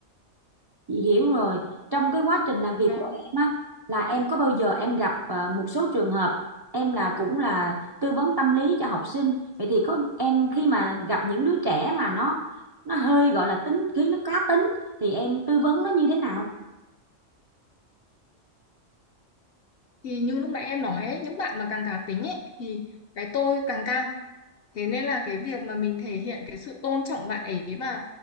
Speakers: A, on the right (about 40°); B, on the left (about 65°).
A: chị hiểu rồi trong cái quá trình làm việc
B: Vâng.
A: của em á là em có bao giờ em gặp ờ, một số trường hợp em là cũng là tư vấn tâm lý cho học sinh vậy thì có em khi mà gặp những đứa trẻ mà nó nó hơi gọi là tính khí nó cá tính thì em tư vấn nó như thế nào
B: thì như lúc nãy em nói ấy, những bạn mà càng cá tính ấy thì cái tôi càng cao Thế nên là cái việc mà mình thể hiện cái sự tôn trọng bạn ấy và